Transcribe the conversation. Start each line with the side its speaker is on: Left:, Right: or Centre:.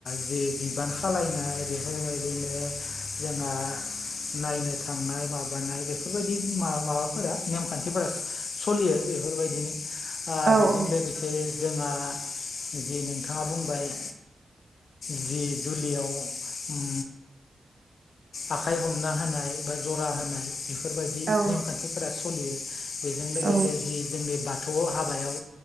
Left: जि बिबान खालनाय बेफोरबायदिनो जोंहा नायनो थांनाय। माबानाय बेफोरबायदि मा माबाफोरा नेमखान्थिफोरा सलियो बेफोरबायदिनो। ओ
Right: औ
Left: बेजों लोगोसे जोंहा जि नोंथाङा बुंबाय। जि जुलियाव उम आखाइ हमना होनाय बा जरा होनाय बेफोरबायदि
Right: औ
Left: नेमखान्थिफोरा स'लियो। बेजों
Right: औ
Left: लोगोसे
Right: औ
Left: जि जोंनि बाथौ हाबायाव